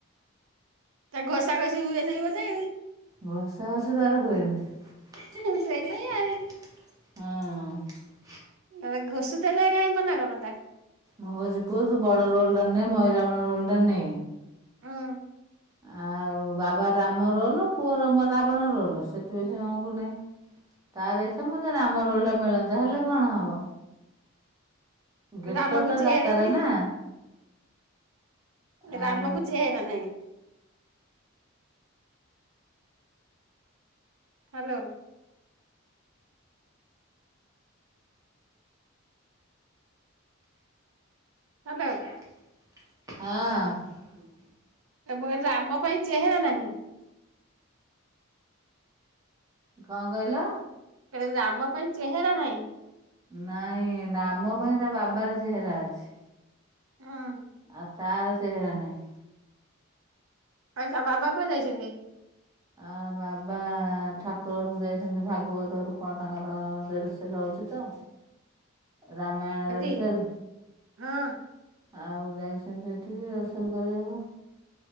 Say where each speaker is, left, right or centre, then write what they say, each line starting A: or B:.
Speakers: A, on the right; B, on the right.
A: ତା ଗସା ଗସି ହୁଏନେହି ବୋଧେ?
B: ଘସା ଘସି ତାର ହୁଏନି ହେ ହେ
A: ସେଇପାଇଁ
B: ସେଇଥିପାଇଁ
A: ଆଉ
B: ଆଉ। ହଁ।
A: ଆ ଘୋଷୁ ଥୁଲେ କାହିଁ ମନା କରତା।
B: ମୁକଉଚି ପୁଅ ତୁବଡ଼ ରୋଲ୍ଟା ନେ ମୟରବଣ ରୋଲ୍ଡ ନେ
A: ହୁଁ।
B: ଆଉ ବାବା ରାମ ରୋଲ୍ ପୁଅର ରାବଣ ରୋଲ ସେଥିପାଇଁ ସେମଙ୍ଗୁନି। ତାର ଏଇ ସମସ୍ୟାଟା ମତେ ରାମ ରୋଲଟା ମିଳନ୍ତା ହେଲେ କଣ ହବ।
A: ହୁଁ
B: ଗେଟଟପଟା
A: ରାମକୁ ଚେହେରା
B: ଦରକାରନା।
A: ନାହିଁ
B: ଆଉ
A: ରାମକୁ ଚେହେରା ନାହିଁ। ହାଲୋ। ହାଲୋ
B: ହଁ।
A: ନା ମୁକଇନି ରାମ ପାଇଁ ଚେହେରା ନାହିଁ।
B: କଁ କଇଁଲ?
A: କଁ ରାମ ପାଇଁ ଚେହେରା ନାହିଁ।
B: ନାଇଁ ରାମ ପାଇଁ ତାବାବାର ଚେହେରା ଅଛି।
A: <unintelligible>
B: ଆ ତାର ଚେହେରା ନାଇଁ।
A: ଆଚ୍ଛା ବାବା କୁଆଡ଼େ ଯାଇଚନ୍ତି?
B: ଆ ବାବା ଠାକୁର ଘରକୁ ଯାଇଚନ୍ତି ଭାଗବତରୁ କଣ ତାଙ୍କର ଦେଢ଼ସୁ ହଉଚିତ ରାମାୟଣ
A: ଆଜି
B: ର୍ଲେସଲ୍
A: ହଁ
B: ଆଉ ଯାଇଚନ୍ତି ସେଠିକି ରୋଲସେଲ୍ କରିବାକୁ